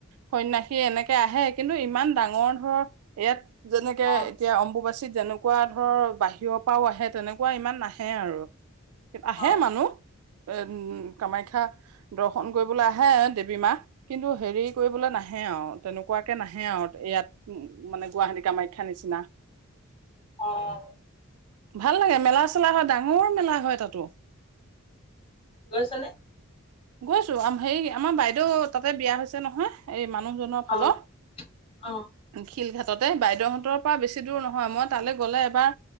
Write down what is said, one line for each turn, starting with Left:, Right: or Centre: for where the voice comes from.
Right: সন্যাসী এনেকে আহে, কিন্তু ইমান ডাঙৰ ধৰ ইয়াত যেনেকে
Left: অ
Right: এতিয়া অম্বুবাছ চীনত যেনেকুৱা ধৰ বাহিৰৰ পাও আহে, তেনেকুৱা ইমান নাহে আৰু। আহে
Left: অ
Right: মানুহ, এ উ কামাখ্যা দৰ্শন কৰিবলৈ আহে দেৱী মা, কিন্তু হেৰি কৰিবলৈ নাহে আৰু, তেনেকুৱাকে নাহে আও। এয়াত উ মানে গুৱাহাটী কামাখ্যা নিচিনা।
Left: অ'
Right: ভাল লাগে, মেলা চেলা হয়, ডাঙৰ মেলা হয় তাতো।
Left: গৈছা নে?
Right: গৈছো, হেই, আমাৰ বাইদেউ তাতে বিয়া হৈছে এ নহয়, এই মানুহজনৰ ফালৰ।
Left: অ অ
Right: শিলঘাট তাতে, বাইদেউহঁত তৰ পৰা বেছি দূৰ নহয়, মই তালে গ'লে এবাৰ